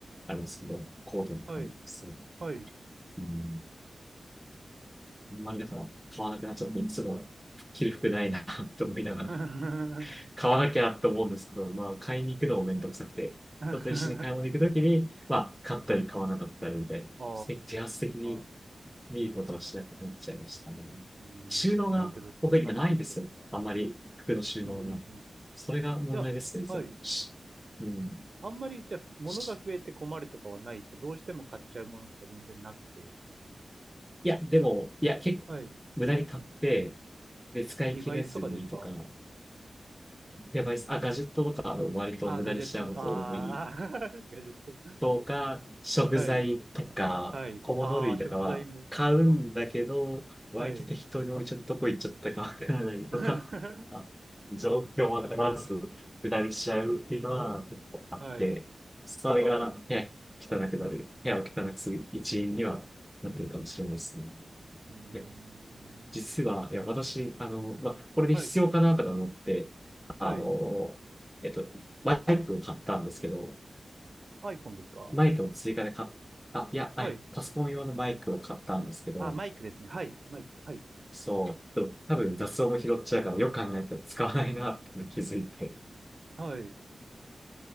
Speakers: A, in the centre; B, on the right.
A: あるんですけど、コートとか、
B: はい、
A: そう、
B: はい。
A: うん、あんまりだから買わなくなっちゃって、いつも着る服ないな <laughs> と思いながら、
B: <laughs>
A: 買わなきゃって思うんですけど、まあ、買いに行くのもめんどくさくて、
B: あ
A: 人と一緒に買い物行くときに、まあ、買ったり買わなかったりみたいな、
B: あ、
A: せ自発的に
B: う
A: 見ることはしなくなっちゃいましたね。
B: ーん、
A: 収納が僕今ないんですよ。
B: いや、けどそんなもんですよね。
A: あんまり服の収納が。
B: うん、うん、うん。
A: それが問題ですね、
B: じゃあ、
A: それしうん。
B: はい。あんまり、じゃあ、物が増えて困るとかはないですかどうしても買っちゃうものとか全然なくて。
A: しいや、でも、いや、結構、
B: はい。
A: 無駄に買って、で、使い切れずにとか、
B: デバイスとかですか
A: やばいです。あ、ガジェットとか割と無駄にしちゃうこと多い
B: あー、ガジェット、ああ、<laughs> ガジェット。
A: とか、食材とか、
B: はい。はい。
A: 小物類とかは買うんだけど、
B: ああ、食材も。あ、
A: 割と適当に置いちゃったとこ行っちゃったかわからないとか、
B: はい。<laughs>
A: あ、状況をまず下りしちゃうっていうのはあって、
B: はい。
A: それが部屋汚くなる、
B: はい。う
A: 部屋を汚くする一因にはなってるかもしれないですね。
B: ーん。
A: で実は、いや、私、あの、まあ、これで必要かなとか思って、
B: はい。
A: あの、
B: はい。
A: えっと、バイクを買ったんですけど、
B: iPhone ですか
A: マイクも追加で買っ、あ、いや、
B: はい。
A: はい、パソコン用のマイクを買ったんですけど、
B: あ、マイクですね。はい。マイク。はい。
A: そう、でも多分雑音も拾っちゃうから、よく考えたら使わないなっていうのに気づいて、
B: はい。